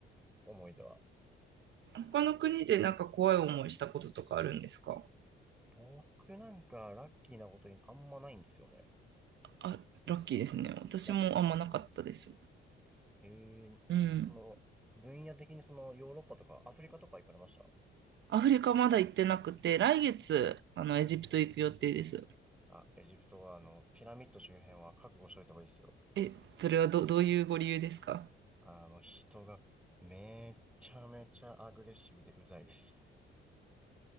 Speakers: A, in the centre; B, on the right.
A: 思い出は。
B: 他の国でなんか怖い思いしたこととかあるんですか
A: 僕なんかラッキーなことにあんまないんですよね。
B: あ、ラッキーですね。私もあんまなかったです。
A: ラッキーです。ええその、
B: うん。
A: 分野的にそのヨーロッパとかアフリカとか行かれました
B: アフリカまだ行ってなくて、来月、あの、
A: お、
B: エジプト行く予定です。
A: あ、エジプトはあの、ピラミッド周辺は覚悟しといた方がいいですよ。
B: え、それはど、どういうご理由ですか
A: あの、人がめちゃめちゃアグレッシブでうざいです。